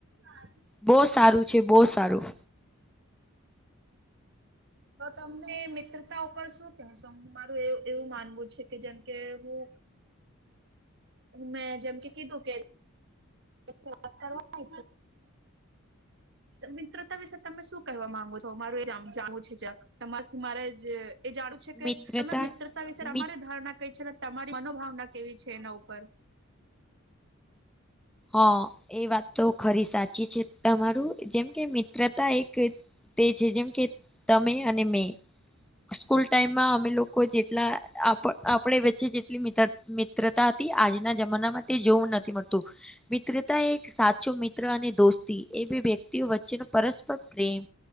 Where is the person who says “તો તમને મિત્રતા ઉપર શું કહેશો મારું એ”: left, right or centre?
Right